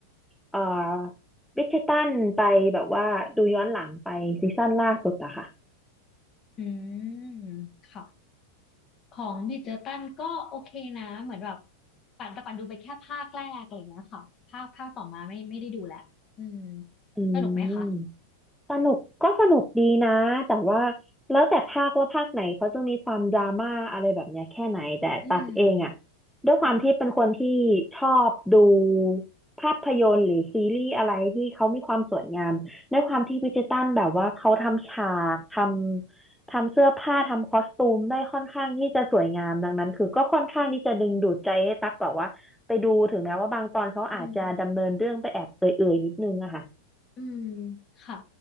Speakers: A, in the centre; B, on the left.
A: เอ่อ วิกเชตันไปแบบว่าดูย้อนหลังไปซีซั่นล่าสุดอะค่ะ
B: อืมค่ะของบิดเจอร์ตันก็โอเคนะเหมือนแบบปั่นแต่ปั่นดูไปแค่ภาคแรกอะไรอย่างเงี้ยค่ะภาคภาคต่อมาไม่ไม่ได้ดูแหละอืม
A: อื
B: สนุกไหมคะ
A: ม สนุกก็สนุกดีนะแต่ว่าแล้วแต่ภาคว่าภาคไหนเขาจะมีความดราม่าอะไรแบบเนี้ยแค่ไหนแต่ตักเองอ่ะ
B: อืม
A: ด้วยความที่เป็นคนที่ชอบดูภาพยนตร์หรือซีรีส์อะไรที่เขามีความสวยงามด้วยความที่บริจตันแบบว่าเขาทำฉากทำทำเสื้อผ้าทำคอสตูมได้ค่อนข้างที่จะสวยงามดังนั้นคือก็ค่อนข้างที่จะดึงดูดใจให้ตักแบบว่าไปดูถึงแม้ว่าบางตอนเขาอาจจะดำเนินเรื่องไปแอบเอื่อยๆนิดนึงอะค่ะ
B: อืม อืม ค่ะ